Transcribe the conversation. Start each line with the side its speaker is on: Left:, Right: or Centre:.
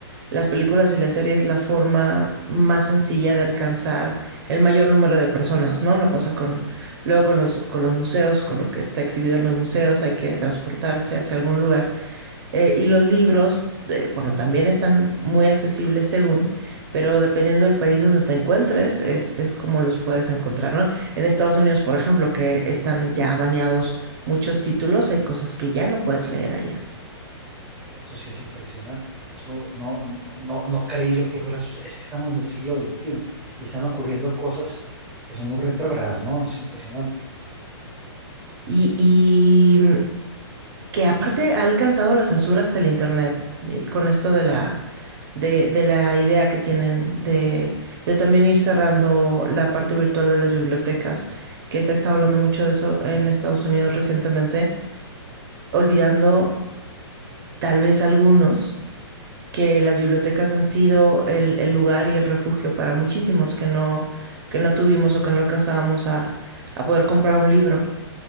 Right: las películas y las series la forma más sencilla de alcanzar el mayor número de personas, ¿no? No pasa con, luego con los, con los museos, con lo que está exhibido en los museos, hay que transportarse hacia algún lugar. Eh, y los libros, eh, bueno, también están muy accesibles según, pero dependiendo del país donde te encuentres, es, es como los puedes encontrar, ¿no? En Estados Unidos, por ejemplo, que están ya baneados muchos títulos, hay cosas que ya no puedes leer allá.
Centre: Eso sí es impresionante. Eso no, no, no creí yo que fuera. Es que estamos en el siglo XXI y están ocurriendo cosas que son muy retrógradas, ¿no? Es impresionante.
Right: Y, y que aparte ha alcanzado la censura hasta el Internet, eh, con esto de la, de, de la idea que tienen de, de también ir cerrando la parte virtual de las bibliotecas, que se ha estado hablando mucho de eso en Estados Unidos recientemente, olvidando tal vez algunos que las bibliotecas han sido el, el lugar y el refugio para muchísimos que no, que no tuvimos o que no alcanzábamos a, a poder comprar un libro.